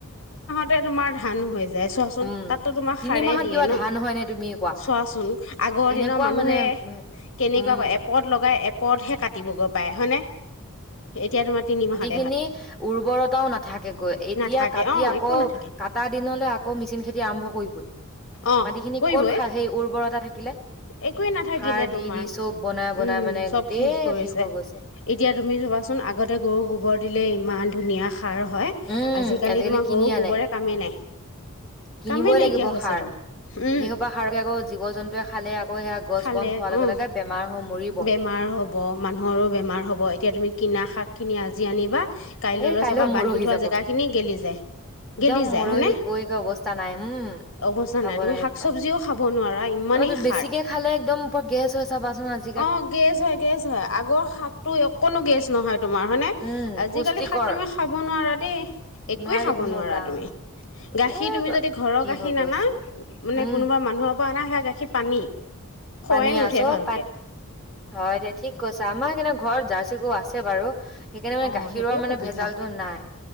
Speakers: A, on the left; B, in the centre.
A: তে তোমাৰ ধান হৈ য' য চোৱাচোন
B: উম
A: তাতো তোমাক
B: তিনি
A: সাৰে
B: মাহত
A: দিয়ে
B: কিবা
A: ন
B: ধান হয় নে তুমি কোৱা
A: চোৱাচোন আগৰ
B: কেনেকুৱা
A: দিনৰ মানুহে
B: মানে
A: কেনেকুৱা
B: উম
A: ক এপদ লগাই এপদহে কাটিবগৈ পায় হয়নে এতিয়া তোমাৰ তিনিমাহত
B: খিনি উৰ্বৰতাও নাথাকেগৈ এতিয়া
A: নাথাকে
B: কাটি
A: অ
B: আকৌ
A: একো নাথাকে
B: কটা দিনলৈ ম খ্
A: অ
B: মত
A: কৰিবই
B: খ ঘৰতে থাকিলে।
A: একোৱে নাথাকিলে
B: সাৰ দি
A: তোমাৰ
B: দি চব বনাই বনাই
A: উম
B: মানে
A: চব
B: গোটেই
A: শেষ কৰিছে
B: হৈ
A: এতিয়া
B: গৈছে
A: তুমি চবাচোন আগতে গৰু গোবৰ দিলে ইমান ধুনীয়া। সাৰ হয়
B: উম
A: আজিকালি তোমাৰ
B: কিনি
A: গৰু
B: আনে
A: গোবৰে কামেই নাই
B: কিনিবই
A: কামেই নাইকিয়া
B: লাগিব
A: হৈছে
B: সাৰ
A: তোমাৰ উম।
B: সেই সোপা সাৰকে আকৌ জীৱ জন্তুৱে খালে আকৌ সেয়া গছ
A: খালে
B: বন খোৱাৰ লগে
A: অহ
B: লগে বেমাৰ হৈ মৰিব
A: বেমাৰ হ'ব মানুহৰো বেমাৰ হ'ব এতিয়া তুমি কিনা শাক। খিনি আজি আনিবা। কাইলৈলৈ
B: এ কাইলৈ
A: চাবা
B: মৰহি
A: বান্ধি থোৱা
B: যাব
A: জেগা খিনি গেলি যায়
B: একদম
A: গেলি যায়
B: মৰহি
A: হয়নে
B: কৈ কৈ অৱস্থা নাই উম
A: অৱস্থা
B: খাব
A: নাই তুমি
B: নোৱাৰি
A: শাক
B: পা
A: চবজিও খাব নোৱাৰা ইমানেই
B: অ বেছিকে
A: সাৰ
B: খালে একদম পৰা গেছ হৈ চাবাচোন আজি
A: অ গেছ হয় গেজ হয় আগৰ শাকটো অকণো গেছ নহয় তোমাৰ হয়নে।
B: উম পুষ্টিকৰ
A: শাক তুমি খাব নোৱাৰা দেই একোৱয়ে
B: নোৱাৰি
A: খাব
B: কোনো
A: নোৱাৰা
B: কাম
A: তুমি গাখীৰ
B: এ
A: তুমি যদি ঘৰৰ
B: কি
A: গাখীৰ
B: হৈ গৈছে
A: নানা মানে
B: উম
A: কোনোবা মানুহৰ না সে গাখীৰ পানী খয়ে
B: পানীয়া
A: নুঠে
B: চব
A: ভাল।
B: হয় দে ঠিক কৈছে আমাৰ কি ঘৰ জাৰ্চিো আছে। বাৰু সেইকাৰণে মানে
A: অ
B: গাখীৰৰ
A: সেইটোৱে
B: মানে
A: সুবিধা
B: ভেজালতটো নাই